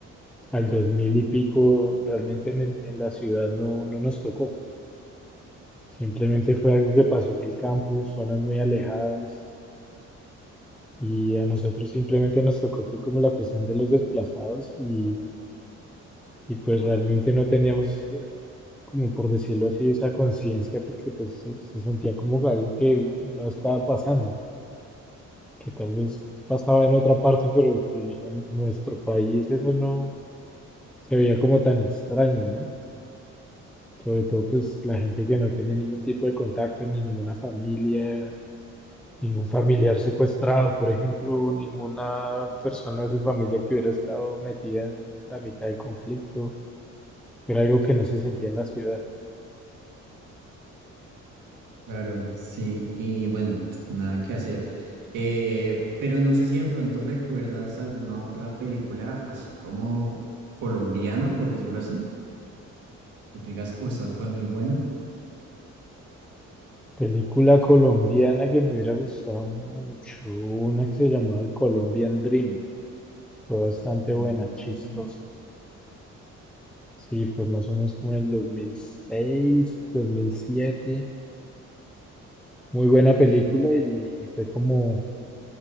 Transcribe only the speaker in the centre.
Al 2000 y pico, realmente en el- en la ciudad no, no nos tocó. Simplemente fue algo que pasó en el campo, zonas muy alejadas, y a nosotros simplemente nos tocó, fue como la cuestión de los desplazados, y, y pues realmente no teníamos, eh, como por decirlo así, esa conciencia, porque pues se, se sentía como algo que no estaba pasando, que tal vez pasaba en otra parte, pero que en nuestro país eso no se veía como tan extraño, ¿no? Sobre todo, pues la gente que no tenía ningún tipo de contacto, ni ninguna familia, ningún familiar secuestrado, por ejemplo, ninguna persona de su familia que hubiera estado metida en la mitad del conflicto. Era algo que no se sentía en la ciudad.
Película colombiana que me hubiera gustado mucho, una que se llamaba El Colombian Dream. Fue bastante
buena, chistosa.
Sí, fue más o menos como en el 2006, dos mil siete Muy buena
película y, y fue como